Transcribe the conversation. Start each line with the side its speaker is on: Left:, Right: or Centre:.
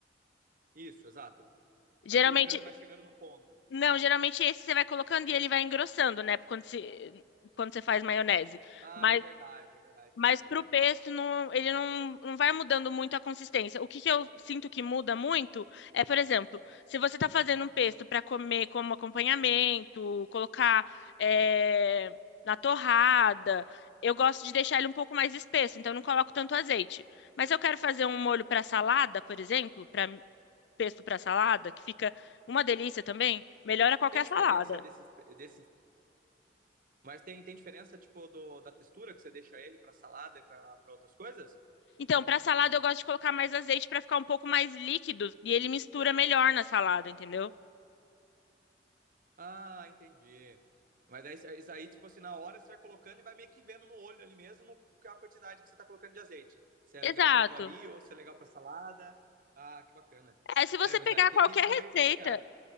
Right: Isso, exato.
Left: Geralmente,
Right: Vai colocando e vai chegando no ponto.
Left: não, geralmente esse você vai colocando e ele vai engrossando, né? Quando, se, quando você faz maionese.
Right: Ah,
Left: Mas
Right: é verdade, é verdade, é
Left: Mas
Right: verdade,
Left: para
Right: é verdade.
Left: o pesto, não- ele não, não vai mudando muito a consistência. O que que eu sinto que muda muito é, por exemplo, se você está fazendo um pesto para comer como acompanhamento, colocar é, na torrada, eu gosto de deixar ele um pouco mais espesso, então eu não coloco tanto azeite. Mas se eu quero fazer um molho para salada, por exemplo, para pesto para salada, que fica uma delícia também, melhora qualquer
Right: Tem diferença
Left: salada.
Right: desses, desses, mas tem, tem diferença tipo do, da textura que você deixa ele para salada e para outras coisas?
Left: Então, para salada eu gosto de colocar mais azeite para ficar um pouco mais líquido e ele mistura melhor na salada, entendeu?
Right: Ah, entendi. Mas daí, isso isso aí, tipo assim, na hora você vai colocando e vai meio que vendo no olho ali mesmo a quantidade que você tá colocando de azeite. Se é
Left: Exato.
Right: legal para aquilo ali ou se é legal para salada. Ah, que bacana.
Left: É, se você
Right: É, mas
Left: pegar
Right: aí tem
Left: qualquer
Right: que saber
Left: receita
Right: cozinhar.